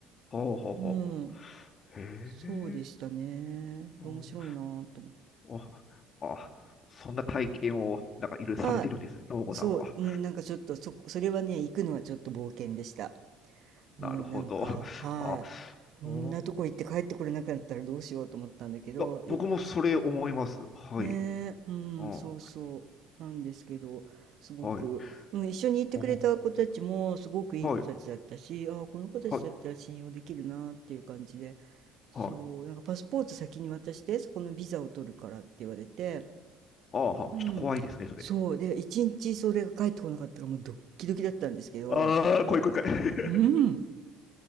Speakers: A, on the left; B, on the right.
A: ほうほうほ
B: うん、
A: う。へえ。
B: そうでしたね面白いなぁと思って。
A: お、お、あ、そんな体験を、なんかいろいろされてるんですね、
B: はい
A: ともこさんは。
B: そう、うん、なんかちょっとそ、それはね、行くのはちょっと冒険でした。うん、
A: なるほど。
B: なんか、はい。
A: あ、
B: こんなとこ行って帰ってこれなくなったらどうしようと思ったんだけど、
A: うんいや、
B: え、
A: 僕もそれ思います。はい。
B: ねえ、うん、
A: うん。
B: そうそう、なんですけど、すごく、
A: はい。
B: うん、一緒に行ってくれた子たちもすごくいい子たちだったし、
A: おはい。
B: ああ、この子たちだったら信用できるなっていう感じで、
A: はい。
B: そう、
A: はい。
B: なんかパスポート先に渡して、そこのビザを取るからって言われて、
A: ああ、はあ、
B: うん、
A: ちょっと怖いですね、それ。
B: そう、で、一日それが帰ってこなかったからもうドッキドキだったんですけど、
A: ああ、怖い怖い怖い。
B: うん、
A: <laughs>